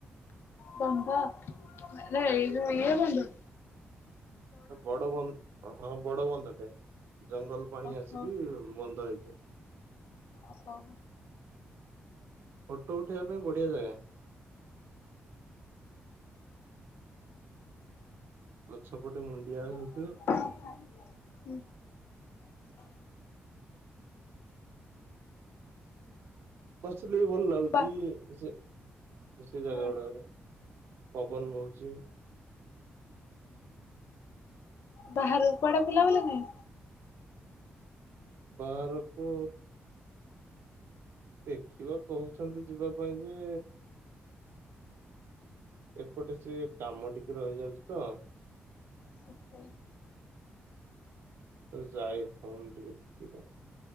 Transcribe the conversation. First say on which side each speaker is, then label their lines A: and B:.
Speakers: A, on the left; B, on the right.
A: ବନ୍ଧ ଏଇ ଯୋଉ ଇଏ ବନ୍ଧ
B: ବଡ ବନ୍ ହଁ ବଡ ବନ୍ଧ ଟାଏ। ଜଙ୍ଗଲ ପାଣି
A: ଓହୋ
B: ଆସିକି ବନ୍ଦ ହେଇଚି। <unintelligible>
A: ଓହୋ।
B: ଫଟୋ। ଉଠିବା ପାଇଁ ବଢିଆ ଜାଗା। ଗଛ।
A: <unintelligible>
B: ପଟେ ମୁଣ୍ଡିଆ ହଉଥିବ
A: ହୁଁ।
B: ବସିଲେ ବି ଭଲ ଲାଗୁଚି
A: ବା
B: ସେ ସେ ଜାଗା
A: ହଁ
B: ଗୁଡାକରେ ପବନ ବହୁଚି
A: ବାହାରୁ କୁଆଡେ ବୁଲା ବୁଲି ନାଇ
B: ବାହାରକୁ ଦେଖିବା କହଚନ୍ତି ଯିବା ପାଇଁ ଯେ ଏପଟେ ସେ କାମ ଟିକେ ରହିଯାଉଚି ତ
A: ନାହିଁ?
B: ତ ଯାଇ ହଉନି ଟିକେ କେ।